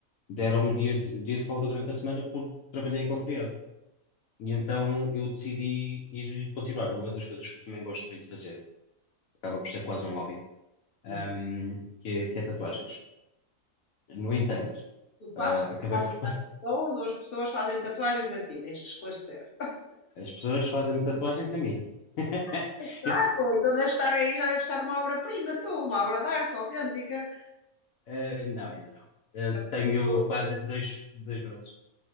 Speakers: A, on the left; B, on the left.
A: deram-me dia de, dia de folga durante a semana porque trabalhei com o feriado. E então eu decidi ir continuar. Uma das coisas que eu também gosto muito de fazer, acaba por ser quase um hobby, um,
B: Uhum.
A: que é, que é tatuagens. No entanto,
B: Tu fazes
A: uh,
B: tatuagens
A: acabei por... <laughs> passar.
B: às pessoas ou as pessoas fazem tatuagens a ti, tens que esclarecer.
A: As pessoas fazem-me tatuagens a mim. <laughs>
B: Espetáculo! Então deve estar aí, já deve estar uma obra-prima, tu, uma obra de arte autêntica.
A: Eh, não, ainda não. Eh,
B: Já te
A: tenho
B: disse
A: quase
B: fazer
A: dois, dois braços.